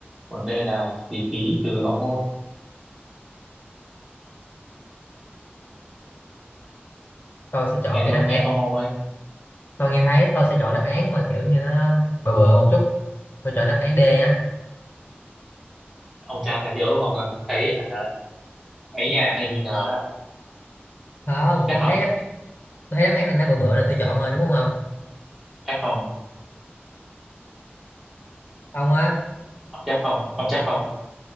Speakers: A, in the centre; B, on the left.
A: Còn D là xì khí từ hậu môn.
B: tôi sẽ chọn
A: Em
B: cái
A: không
B: đáp án
A: nghe không ông ơi?
B: tôi nghe thấy tôi sẽ chọn đáp án mà kiểu như nó bừa bừa một chút tôi chọn đáp án D nhá
A: Ông tra tài liệu đúng không? Còn Thấy hả? Ấy nhà hình như là
B: không
A: chắc
B: tôi
A: không?
B: thấy đáp tôi thấy đáp án này nó bừa bừa nên tôi chọn rồi đúng không ông
A: Chắc không?
B: không á
A: Ông chắc không? Ông chắc không?